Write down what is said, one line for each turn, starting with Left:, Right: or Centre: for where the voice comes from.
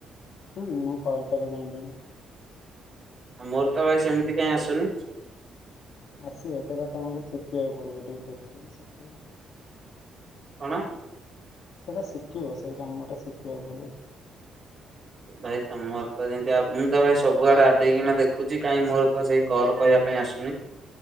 Left: ହୁଁ ମୁଁ କଲ୍ କରେ ଜଣେ ଜଣଙ୍କୁ।
Right: ମୋର ତ ଭାଇ ସେମିତି କାଇଁ ଆସୁନି।
Left: ଆସିବ ସେଇଟା ତମକୁ ଶିଖିଆକୁ ପଡିବ ଟିକେ ଦେଖିକି ଶିଖିବ।
Right: କଣ?
Left: ସେଟା ଶିକିବ ସେଇ କାମଟା ଶିଖିବାକୁ ପଡ଼ିବ।
Right: ଭାଇ ତମର ତ ଯେମିତି ଆ ମୁଁ ତ ଭାଇ ସବୁଆଡେ ଆଡେଇକିନା ଦେଖୁଛି କାଇଁ ମୋର ତ ସେଇ କଲ୍ କରିବା ପାଇଁ ଆସୁନି।